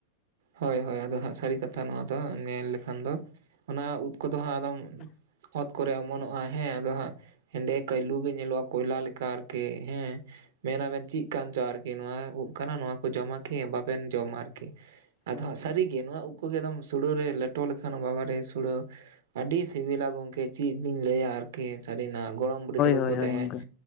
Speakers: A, on the right; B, on the left.
A: ᱦᱳᱭ ᱦᱳᱭ ᱟᱫᱚ ᱦᱟᱸᱜ ᱥᱟᱹᱨᱤ ᱠᱟᱛᱷᱟ ᱱᱚᱣᱟ ᱫᱚ ᱧᱮᱞ ᱞᱮᱠᱷᱟᱱ ᱫᱚ ᱚᱱᱟ ᱩᱫ ᱠᱚᱫᱚ ᱦᱟᱸᱜ ᱟᱫᱚᱢ ᱚᱛ ᱠᱚᱨᱮ ᱚᱢᱚᱱᱚᱜᱼᱟ ᱦᱮᱸ ᱟᱫᱚ ᱦᱟᱸᱜ ᱦᱮᱸᱫᱮ ᱠᱟᱹᱭᱞᱩ ᱜᱮ ᱧᱮᱞᱚᱜᱼᱟ ᱠᱚᱭᱞᱟ ᱞᱮᱠᱟ ᱟᱨᱠᱤ ᱦᱮᱸ, ᱢᱮ ᱟᱵᱤᱱ ᱪᱮᱫ ᱠᱟᱱ ᱪᱚ ᱟᱨᱠᱤ ᱱᱚᱣᱟ ᱩᱵ ᱠᱟᱱᱟ ᱱᱚᱣᱟ ᱠᱚ ᱡᱚᱢᱟ ᱠᱤ ᱵᱟᱵᱮᱱ ᱡᱚᱢᱟ ᱟᱨᱠᱤ᱾ ᱟᱫᱚ
B: ᱦᱳᱭ
A: ᱦᱟᱸᱜ ᱥᱟᱹᱨᱤᱜᱮ ᱱᱚᱣᱟ ᱩᱵ ᱠᱩᱜᱮ ᱮᱫᱚᱢ ᱥᱩᱲᱟᱹ ᱨᱮ ᱞᱮᱴᱚ ᱞᱮᱠᱷᱟᱱ ᱵᱟᱵᱟᱨᱮ ᱥᱩᱲᱟᱹ ᱟᱹᱰᱤ ᱥᱤᱵᱤᱞᱟ ᱜᱚᱢᱠᱮ ᱪᱮᱫ ᱞᱤᱧ ᱞᱟᱹᱭᱟ ᱟᱨᱠᱤ ᱥᱟᱹᱨᱤᱱᱟᱜ ᱜᱚᱲᱚᱢ ᱵᱩᱰᱦᱤ ᱛᱟᱠᱚ
B: ᱦᱳᱭ
A: ᱠᱚ
B: ᱦᱳᱭ
A: ᱛᱟᱦᱮᱸᱜ
B: ᱜᱚᱝᱠᱮ